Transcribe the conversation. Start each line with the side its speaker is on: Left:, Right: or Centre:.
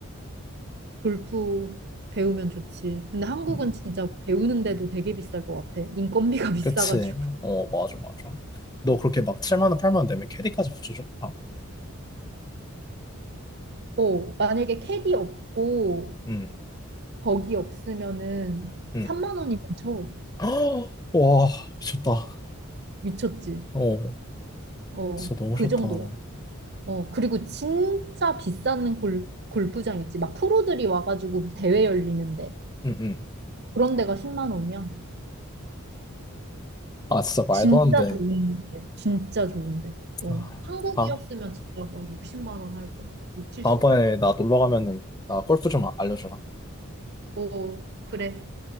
Right: 골프 배우면 좋지. 근데 한국은
Left: 음.
Right: 진짜 배우는데도 되게 비쌀 것 같아. 인건비가 <laughs> 비싸가지고.
Left: 그치. 어, 맞아, 맞아. 너 그렇게 막 7만 원, 8만 원 내면 캐디까지 붙여줬다.
Right: 어, 만약에 캐디 없고
Left: 응,
Right: 버기 없으면은
Left: 응.
Right: 3만 원이면 쳐.
Left: <gasps> 와, 미쳤다.
Right: 미쳤지.
Left: 어,
Right: 어,
Left: 진짜 너무
Right: 그
Left: 좋다.
Right: 정도야.
Left: 응,
Right: 어, 그리고 진짜 비싼 골, 골프장 있지. 막 프로들이 와가지고 대회 열리는데.
Left: 응.
Right: 그런 데가 10만 원이야.
Left: 아, 진짜 말도
Right: 진짜
Left: 안 돼.
Right: 좋은데. 진짜 좋은데. 어,
Left: 아,
Right: 한국이었으면
Left: 다,
Right: 진짜 뭐 60만 원 할 거야. 6, 70
Left: 다음번에
Right: 할 거야.
Left: 나 놀러 가면은 나 골프 좀 알려주라.
Right: 어, 그래.